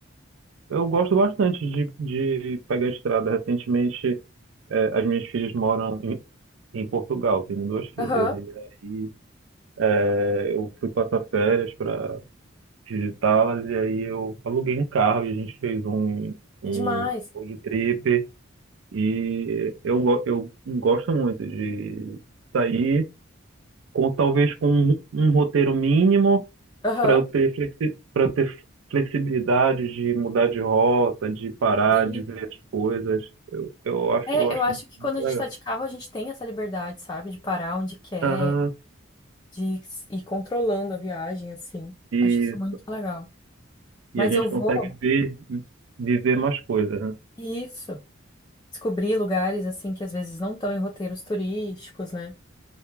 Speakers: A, on the right (about 80°); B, on the left (about 20°).
A: Eu gosto bastante de, de pegar a estrada. Recentemente, eh, as minhas filhas moram em, em Portugal, tenho duas filhas,
B: Aham,
A: e aí eh, eu fui passar férias para visitá-las e aí eu aluguei um carro e a gente fez um, um
B: demais.
A: road trip e eu, go- eu gosto muito de sair com talvez com um, um roteiro mínimo
B: Aham.
A: para eu ter flexi, para eu ter flexibilidade de mudar de rota, de parar,
B: E
A: de ver as coisas. Eu, eu acho
B: é,
A: eu acho
B: eu acho
A: muito
B: que quando a
A: legal.
B: gente tá de carro, a gente tem essa liberdade, sabe? De parar onde quer,
A: Aham.
B: de s- ir controlando a viagem, assim.
A: E
B: Acho isso muito legal. Mas
A: e a gente
B: eu vou,
A: consegue ver viver mais coisas, né?
B: isso, descobrir lugares, assim, que às vezes não estão em roteiros turísticos, né?